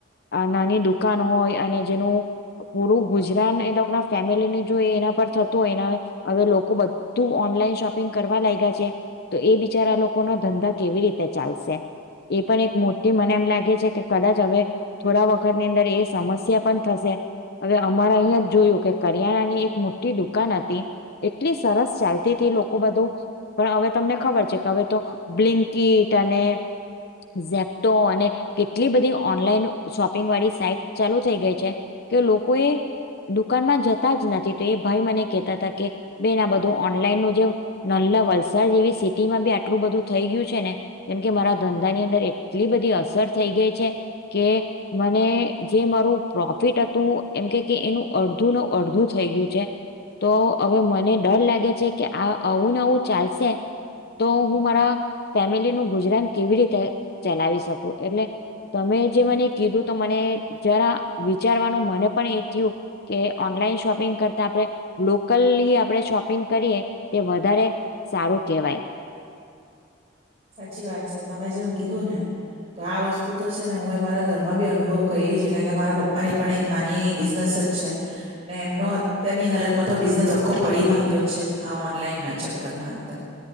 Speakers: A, on the left; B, on the right.
A: નાની દુકાન હોય અને જેનું પૂરું ગુજરાન એ લોકો ના ફેમિલી જો એના પર થતું હોય એના હવે, લોકો બધું ઓનલાઈન શોપિંગ કરવા લાગ્યા છે. તો એ બિચારા લોકો ના ધંધા કેવી રીતે ચાલશે એ પણ એક મોટી મને એમ લાગે છે કે કદાચ હવે, થોડા વખતની અંદર એ સમસ્યા પણ થશે હવે અમારે અહીયાં જ જોયું કે, કરિયાણાની એક મોટી દુકાન હતી એટલી સરસ ચાલતી હતી લોકો બધું પણ હવે તમને ખબર છે. કે હવે તો બ્લિન્કીટ અને ઝેપ્ટો અને એટલી બધી ઓનલાઈન શોપિંગ વાળી સાઈટ ચાલુ થઈ ગઈ છે કે લોકો એ દુકાનમાં જતા જ નથી તો એ ભાઈ મને કેહેતા હતા, કે બેન આ બધું ઓનલાઈન નું જે નલ્લા વલસાડ જેવી સિટીમાં બી આટલું બધું થઈ ગયું છે, ને જેમ કે મારા ધંધા ની અંદર એટલી બધી અસર થઈ ગઈ છે, કે મને જે મારું પ્રોફિટ હતું એમ કે એનું અડધું નને અડધું થઈ ગયું છે, તો હવે મને ડર લાગે છે કે આ આવુંને આવું ચાલશે, તો હું મારા ફેમિલીનું ગુજરાન કેવી રીતે ચલાવી શકું એટલે તમે જે મને કીધું તો મને જરા વિચારવાનું મને પણ એ થયું કે ઓનલાઈન શોપિંગ કરતા આપણે, લોકલ લી આપણે શોપિંગ કરીએ તે વધારે સારું કેહેવાય.
B: સાચી વાત છે તમે જેમ કીધું ને, તો આ વસ્તુ તો છે ને હું એ મારા ઘરમાં બી અનુભવ કયરી છે કારણ કે મારા પપ્પાની પણ એક નાની બિઝનેસ જ છે, ને એમનો અત્યારની હાલતમાં તો બિઝનેસ આખો પડી ભાંગ્યો છે આ ઓનલાઈન ના ચક્કર ના અંદર,